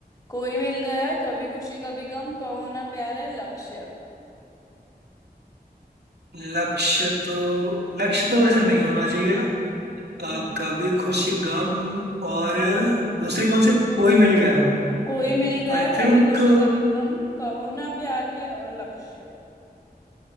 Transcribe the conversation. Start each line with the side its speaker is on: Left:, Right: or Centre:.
Left: कोई मिल गया कभी खुशी कभी गम कहो ना प्यार है लक्ष्य
Right: लक्ष्य तो लक्ष्य तो वैसे नहीं होना चाहिए आ,
Left: हम्म
Right: कभी खुशी गम और दूसरी कौन सी कोई मिल गया
Left: कोई मिल गया
Right: आई
Left: कभी
Right: थिंक
Left: खुशी कभी गम कहो ना प्यार है और लक्ष्य